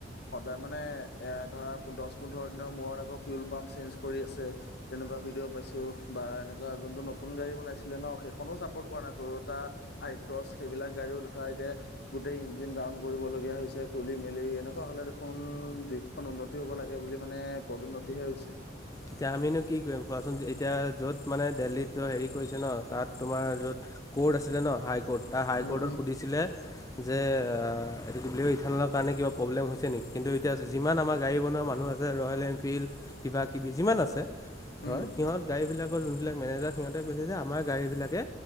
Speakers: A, on the left; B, on the left.
A: সদায় মানে এ' ধ ধৰা দচ পোন্ধৰ দিনৰ মূৰত আকৌ ফিউল পাম্প চেঞ্জ কৰি আছে। তেনেকুৱা ভিডিঅ' পাইছো। বা এনেকুৱা যোনটো নতুন গাড়ী বনাইছিলে ন'। সেইখনো চাপৰ্ট কৰা নাই। তোৰ তাৰ আই ক্ৰচ, সেইবিলাক গাড়ীও ধৰা, এতিয়া গোটেই ইঞ্জিন ডাউন কৰিবলগীয়া হৈছে। খুলি মেলি এনেকুৱা হ'লে দেখোন কোন দেশখন উন্নতি হ'ব লাগে বুলি মানে পদোন্নতিহে হৈছে।
B: এতিয়া আমিনো কি কৰিম কোৱাচোন। এতিয়া য'ত মানে দেল্লীত হেৰি কৰিছে ন', তাত তোমাৰ য'ত বৰ্ড আছে জান ন। High court. তাৰ হাই
A: উম
B: ক'ৰ্টত
A: উম
B: সুধিছিলে যে, এইটো কি বুলি কই, ইথান'লৰ কাৰণে কিবা প্ৰব্লেম হৈছে নেকি? কিন্তু এতিয়া যিমান আমাৰ গাড়ী বনোৱা মানুহ আছে, ৰয়েল এনফিল্ড কিবা কিবি যিমান আছে। ধৰ,
A: উম
B: সিহঁত গাড়ীবিলাকৰ যোনবিলাক মেনেজাৰ সিহঁতে কৈছে যে, আমাৰ গাড়ীবিলাকে